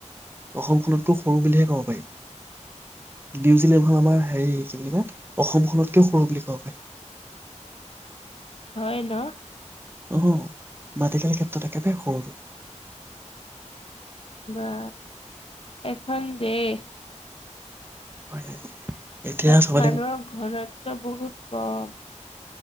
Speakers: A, on the right; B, on the left.
A: অসমখনতকৈ সৰু বুলিহে ক'ব পাৰি। নিউজিলেণ্ড খন আমাৰ হেৰি কি বুলি কয়, অসমখনতকেও সৰু বুলি ক'ব পাৰি
B: হয় ন?
A: অ', মাটিকালি ক্ষেত্ৰত একেবাৰে সৰুতো।
B: বা এখন দেশ।
A: <unintelligible> এতিয়া
B: তাত
A: চাবলৈ
B: মানুহৰ ঘৰতটো বহুত কম।